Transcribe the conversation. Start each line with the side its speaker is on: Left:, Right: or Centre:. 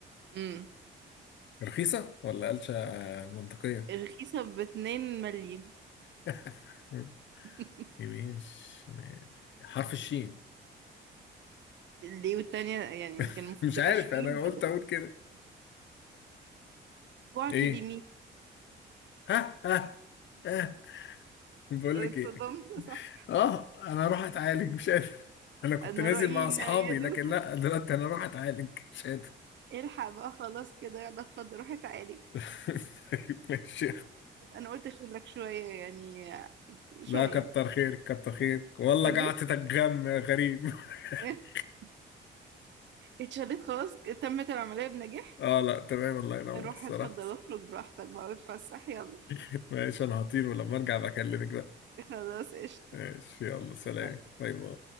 Right: أمم.
Left: رخيصة ولا قلشة آه، منطقية
Right: رخيصه باتنين مليم
Left: <laughs>
Right: <laughs>
Left: يمين شمال حرف الشين
Right: ليه والتانية يعني كان
Left: <laughs>
Right: المفروض
Left: مش
Right: تبقى
Left: عارف
Right: شمال
Left: انا قلت
Right: بس
Left: اقول كده
Right: كوعك
Left: ايه
Right: اليمين
Left: ها ها ها بقول
Right: اتصدمت
Left: لك ايه
Right: صح
Left: اه انا اروح اتعالج مش قادر انا كنت
Right: انا
Left: نازل
Right: رأيي
Left: مع
Right: ان
Left: اصحابي
Right: يدو
Left: لكن لا دلوقتي انا اروح اتعالج مش قادر
Right: الحق <laughs> بقى خلاص كده يلا اتفضل روحي تعالي
Left: <laughs> طيب ماشي
Right: انا قلت اشيلك شوية يعني شوية
Left: لا كتر خيرك كتر خيرك والله
Right: اتشليت
Left: قعدتك غم يا غريب <laughs>
Right: <laughs> اتشليت خلاص تمت العملية بنجاح
Left: اه لا تمام الله ينور
Right: روح
Left: الصراحة
Right: اتفضل اخرج براحتك بقى اتفسح يلا
Left: <laughs> ماشي انا هطير ولما ارجع بكلمك بقى
Right: خلاص قشطة
Left: ماشي يلا سلام
Right: باي.
Left: باي باي